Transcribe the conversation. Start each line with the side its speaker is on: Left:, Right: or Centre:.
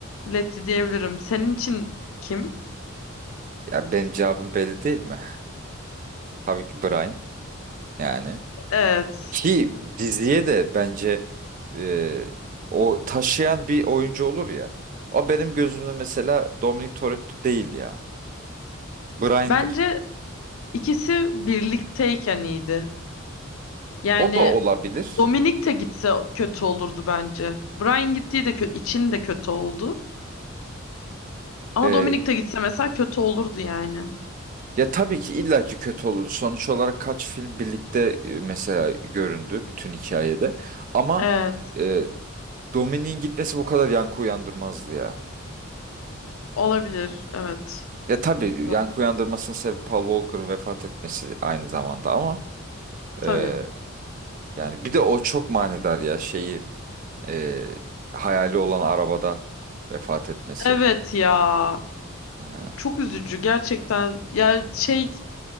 Left: Letty diyebilirim. Senin için kim?
Right: Ya benim cevabım belli değil mi? <laughs> Tabii ki Brian yani.
Left: Evet.
Right: Ki diziye de bence e, o taşıyan bir oyuncu olur ya. O benim gözümde mesela Dominic Toretto değil ya. Brian'dır.
Left: Bence ikisi birlikteyken iyiydi. Yani
Right: O da olabilir.
Left: Dominik de gitse kötü olurdu bence. Brian gittiği de kö- için de kötü oldu. Ama
Right: E,
Left: Dominik de gitse mesela kötü olurdu yani.
Right: ya tabii ki illaki kötü olur. Sonuç olarak kaç film birlikte e, mesela göründü bütün hikayede. Ama
Left: Evet,
Right: e, Dominic'in gitmesi bu kadar yankı uyandırmazdı ya.
Left: olabilir. Evet.
Right: Ya tabii
Left: Olabilir.
Right: yankı uyandırmasının sebebi Paul Walker'ın vefat etmesi aynı zamanda ama
Left: Tabii.
Right: e, Yani bir de o çok manidar ya şeyi e, hayali olan arabada vefat etmesi.
Left: Evet ya.
Right: Hani
Left: Çok üzücü gerçekten. Yani şey